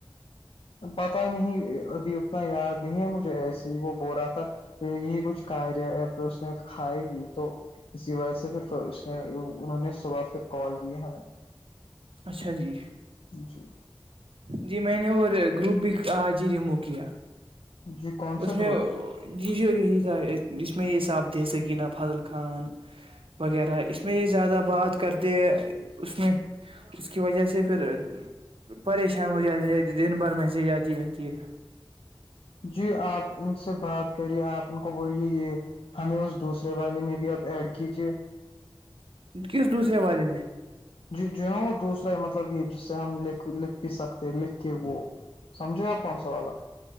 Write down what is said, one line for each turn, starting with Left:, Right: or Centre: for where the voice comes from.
Left: پتا نہیں ابھی اتنا یاد نہیں ہے مجھے ایسی ہی وہ بول رہا تھا یہی کچھ کاریہ پھر اس نے کھائی ہی تو اسی وجہ سے پھر اس نے انہوں نے صبح پھر کال کی ہے ہمیں
Right: اچھا جی
Left: جی
Right: جی میں نے وہ گروپ بھی آج ہی ریموو کیا
Left: جی کون
Right: اس
Left: سا
Right: میں
Left: گروپ
Right: جی جو یہی تھا جس میں یہ صاب دے سکینہ فاضل خان وغیرہ اس میں یہ زیادہ بات کرتے ہے اس میں اس کی وجہ سے پھر پریشان ہو جاتے ہے دن بھر میسج آتی رہتی ہے
Left: جی آپ ان سے بات کریے آپ ان کو بولیے یہ ہمیں اس دوسرے والے میں بھی اب ایڈ کیجیے
Right: کس دوسرے بارے میں
Left: ج جو نا وہ دوسرا مطلب یہ جس سے ہم لکھ لکھ بھی سکتے ہیں لکھ کے وہ سمجھو آپ کون سو والا